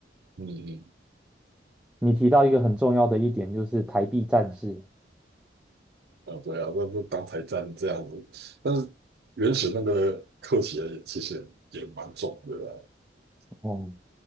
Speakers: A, on the right; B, in the centre.
A: 嗯，
B: 你提到一个很重要的一点，就是台币战士。
A: 啊，对啊，那就当台战这样子，但是原始那个刻起也其实也蛮重的啊，
B: 哦，